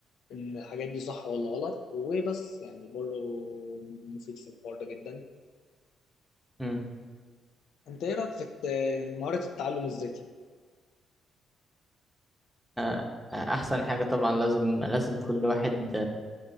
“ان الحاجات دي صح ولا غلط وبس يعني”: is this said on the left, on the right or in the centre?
Left